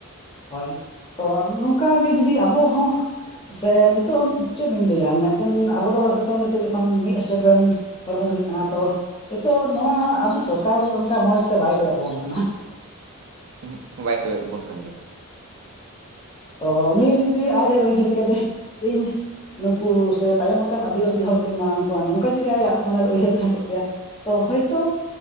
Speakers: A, on the left; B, on the right.
A: ᱦᱳᱭ ᱛᱚ ᱱᱚᱝᱠᱟᱜ ᱜᱮ ᱡᱩᱫᱤ ᱟᱵᱚ ᱦᱚᱸ ᱥᱮ ᱱᱤᱛᱚᱜ ᱪᱮᱫ ᱵᱤᱱ ᱞᱟᱹᱭᱟ ᱢᱤᱫᱴᱮᱱ ᱟᱵᱚ ᱫᱚ ᱦᱳᱭᱛᱳ ᱱᱤᱛᱚᱜ ᱡᱚᱠᱷᱚᱱ ᱢᱤᱫ ᱥᱴᱮᱴ ᱨᱮᱱ ᱦᱚᱲ ᱵᱚᱱ ᱦᱩᱭᱩᱜ ᱠᱟᱱᱟ ᱛᱚ ᱱᱤᱛᱚᱜ ᱱᱚᱣᱟ ᱟᱵᱚ ᱥᱚᱨᱠᱟᱨ ᱚᱱᱠᱟ ᱢᱚᱡᱽ ᱛᱮ ᱵᱟᱭ ᱠᱚᱭᱚᱜ ᱵᱚᱱ ᱠᱟᱱᱟ
B: ᱩᱦᱜ ᱵᱟᱭ ᱠᱚᱭᱚᱜ ᱵᱚᱱ ᱠᱟᱱ ᱜᱮᱭᱟ ᱛᱚ
A: ᱛᱚ ᱩᱱᱤ ᱡᱩᱫᱤ ᱟᱡᱼ ᱮ ᱩᱭᱦᱟᱹᱨ ᱠᱮᱫᱮᱭᱟ ᱡᱮ ᱤᱧ ᱱᱩᱠᱩ ᱥᱮ ᱛᱟᱭᱚᱢ ᱟᱠᱟᱱ ᱟᱹᱫᱤᱵᱟᱹᱥᱤ ᱦᱚᱲ ᱠᱚᱧ ᱢᱟᱲᱟᱝ ᱠᱚᱣᱟ ᱱᱚᱝᱠᱟ ᱡᱩᱫᱤ ᱟᱭᱟᱜ ᱢᱚᱱᱮᱨᱮ ᱩᱭᱦᱟᱹᱨ ᱛᱟᱦᱮᱸ ᱠᱚᱜ ᱠᱮᱭᱟ ᱛᱚ ᱦᱳᱭᱛᱳ